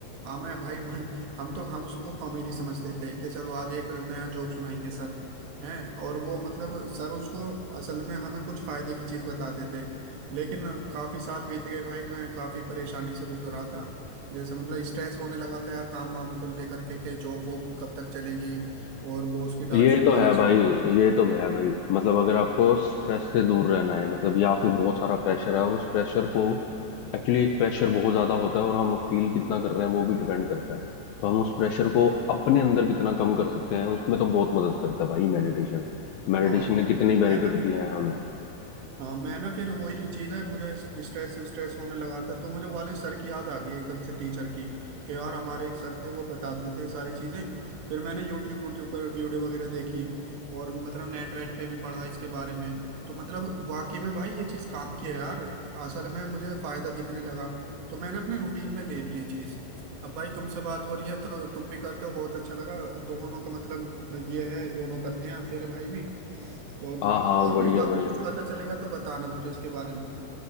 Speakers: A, on the right (about 70°); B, on the left (about 75°).
A: हाँ मैं भाई <laughs> मैं, हम तो हम उसको कॉमेडी समझते थे कि चलो आज एक नया जोक सुनाएंगे सर हैं और वो मतलब सर उसको असल में हमें कुछ फायदे की चीज बताते थे लेकिन काफी साल बीत गए भाई मैं काफी परेशानी से गुजर रहा था जैसे मतलब स्ट्रेस होने लगा था यार काम वाम को लेकर के के जॉब वॉब कब तक चलेगी और बॉस की
B: ये
A: डांट सुनना
B: तो है
A: ये
B: भाई
A: सब
B: ये तो है भाई मतलब अगर आपको स्ट्रेस से दूर रहना है मतलब या फिर बहुत सारा प्रेशर है और उस प्रेशर को एक्चुअली एक प्रेशर बहुत ज्यादा होता है और हम फील कितना कर रहे हैं वो भी डिपेंड करता है तो हम उस प्रेशर को अपने अंदर कितना कम कर सकते हैं उसमें तो बहुत मदद करता है भाई मेडिटेशन मेडिटेशन
A: हाँ
B: ने कितने
A: तो
B: बेनिफिट
A: मैं ना
B: दिए हैं हमें
A: हाँ मैं ना फिर वही चीज है मुझे स्ट्रेस स्ट्रेस होने लगा था तो मुझे वाले सर की याद आ गई एकदम से टीचर की कि यार हमारे एक सर थे वो बताते थे सारी चीजें फिर मैंने यूट्यूब यूट्यूब पर वीडियो वगैरह देखी और मतलब नेट वेट पे भी पढ़ा इसके बारे में तो मतलब वाकई में भाई ये चीज काम की है यार असल में मुझे फायदा दिखने लगा तो मैंने अपने रूटीन में ले ली ये चीज अब भाई तुमसे बात हो रही है तो तुम भी करते हो बहुत अच्छा लगा दोनों का मतलब ये है दोनों करते हैं तेरे भाई भी तो
B: हाँ हाँ
A: और
B: बढ़िया
A: भी काफी
B: बढ़िया
A: कुछ
B: भाई
A: पता चलेगा तो बताना मुझे इसके बारे में